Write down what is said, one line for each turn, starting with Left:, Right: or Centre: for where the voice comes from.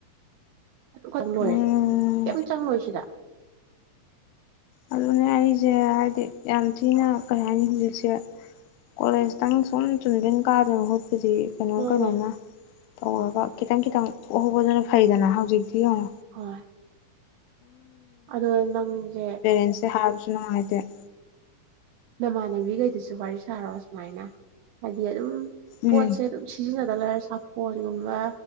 Right: ꯑꯗꯨꯈꯛ ꯂꯣꯏꯔꯦ
Left: ꯎꯝ
Right: ꯀ ꯆꯪꯉꯣꯏ ꯁꯤꯗ
Left: ꯑꯗꯨꯅꯦ ꯑꯩꯁꯦ ꯍꯥꯏꯕꯗꯤ ꯌꯥꯝ ꯊꯤꯅ ꯀꯩ ꯍꯥꯏꯅꯤ ꯍꯧꯖꯤꯛꯁꯦ ꯀꯣꯂꯦꯖꯇꯪ ꯁꯨꯝ ꯆꯨꯝꯖꯤꯟ ꯀꯥꯗ꯭ꯔꯤ ꯃꯍꯨꯠ ꯑꯗꯨꯗꯤ ꯀꯩꯅꯣ
Right: ꯃꯥꯅꯦ
Left: ꯀꯩꯅꯣꯃ ꯇꯧꯔꯒ ꯈꯤꯇꯪ ꯈꯤꯇꯪ ꯎꯍꯧꯕꯗꯨꯅ ꯐꯩꯗꯅ ꯍꯧꯖꯤꯛꯇꯤ ꯑꯃ
Right: ꯍꯣꯏ ꯑꯗ ꯅꯪꯦ
Left: ꯃꯁꯦ ꯍꯥꯏꯁꯅ ꯍꯥꯏꯇꯦ
Right: ꯅꯃꯥꯟꯅꯕꯤꯈꯩꯗꯨꯁꯨ ꯋꯥꯔꯤ ꯁꯥꯔꯣ ꯁꯨꯃꯥꯏꯅ ꯍꯥꯏꯗꯤ ꯑꯗꯨꯝ
Left: ꯎꯝ
Right: ꯄꯣꯠꯁꯦ ꯑꯗꯨ ꯁꯤꯖꯤꯅ ꯀꯂꯔ ꯁꯥꯄꯣꯟꯒꯨꯝꯕ